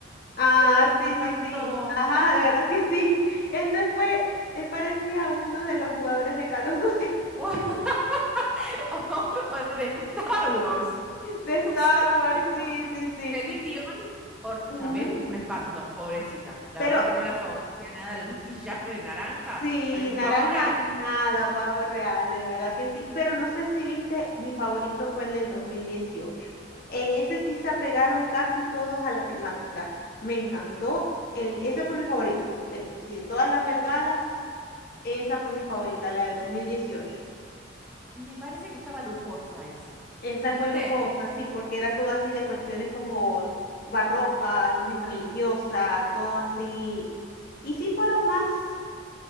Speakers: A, on the left (about 50°); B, in the centre.
A: Ah,
B: No sé por qué
A: sí,
B: tanto.
A: sí, sí. Ajá,
B: Tan.
A: de verdad que sí. <laughs> Él se fue, él parecía uno de los jugadores de Call of Duty,
B: <laughs>
A: <laughs>
B: O, o- o el de Star Wars.
A: de
B: No
A: Star
B: sé
A: Wars,
B: qué le pasa.
A: sí, sí, sí.
B: Celine Dion, or-
A: Ujú.
B: también un espanto, pobrecita. La
A: Pero
B: verdad que no la favorecía nada el <laughs> maquillaje de naranja,
A: sí,
B: parecía
A: naranja,
B: un pavo real.
A: nada, pavo real, de verdad que sí. Pero no sé si viste, mi favorito fue el del 2018. En ese sí se apegaron casi todos a la temática. Me encantó. El, ese fue mi favorito. De hecho, sí, de todas las Met Gala, esa fue mi favorita, la del 2018.
B: Me parece que estaba lujosa esa.
A: Esa
B: ¿Viste?
A: fue lujosa, sí, porque era todo así de cuestiones como barroca, imagen religiosa, todo así. Y sí fueron más,